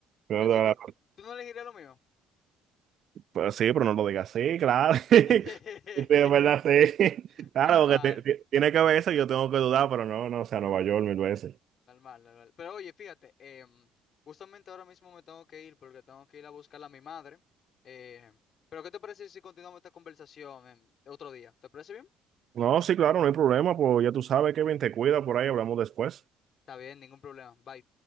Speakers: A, on the right (about 55°); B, on the left (about 55°).
A: No,
B: Así
A: no,
B: que, ¿tú no elegirías lo mismo?
A: no. sí, pero no lo digas así, claro. <laughs>
B: <laughs>
A: Sí, es verdad, sí. <laughs> Claro,
B: Normal.
A: porque ti- ti- tiene que ver eso, yo tengo que dudar, pero no, no, o sea, Nueva York mil veces.
B: Normal, normal. Pero oye, fíjate, em, justamente ahora mismo me tengo que ir porque tengo que ir a buscar a mi madre. Eh, pero ¿qué te parece si continuamos esta conversación en otro día? ¿Te parece bien?
A: No, sí, claro, no hay problema, pues ya tú sabes, Kevin, te cuida por ahí, hablamos después.
B: Está bien, ningún problema. Bye.